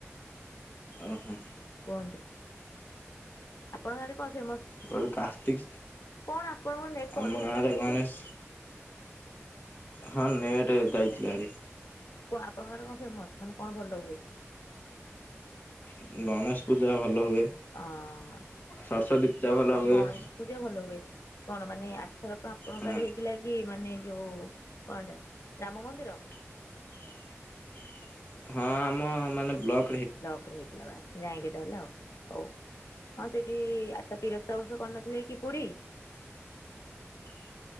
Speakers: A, on the left (about 40°); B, on the left (about 80°).
A: ଓହୋ।
B: କୁହନ୍ତୁ ଆପଣଙ୍କ ଆଡେ କଣ ଫେମସ?
A: କହିଲି କାର୍ତ୍ତିକ
B: କଣ ଆପଣଙ୍କ ନେଟ
A: ଆମ
B: ପଳେଇଲା
A: ଗାଁରେ
B: ଏକା ଥରେକେ?
A: ଗଣେଶ ହଁ ନେଟ ଯାଇଥିଲା ହେରି।
B: କଣ ଆପଣଙ୍କ ଆଡେ କଣ ଫେମସ ମାନେ କଣ ଭଲ ହୁଏ?
A: ଉଁ ଗଣେଶ ପୂଜା- ଭଲ ହୁଏ
B: ଅ
A: ସରସ୍ଵତୀ ପୁଜା ଭଲ ହୁଏ।
B: ଗଣେଶ ପୂଜା ଭଲ ହୁଏ। କଣ ମାନେ ଆର ଥରକ ଆପଣଙ୍କ
A: ହଁ
B: ଆଡେ ହେଇଥିଲା କି ମାନେ ଯୋଉ କଣ ଟା ରାମ ମନ୍ଦିର?
A: । ହଁ ଆମ ମାନେ ବ୍ଲକ୍
B: ବ୍ଲକ ରେ ହେଇଥିଲା ବା ଯାଇଁକି ତ ହେଲା ଆଉ ହଉ। ହଁ ସେଇଠି ଆତ ତିରସ୍ତ ସବୁ କରିନଥିଲେ କି ପୁରୀ?
A: ।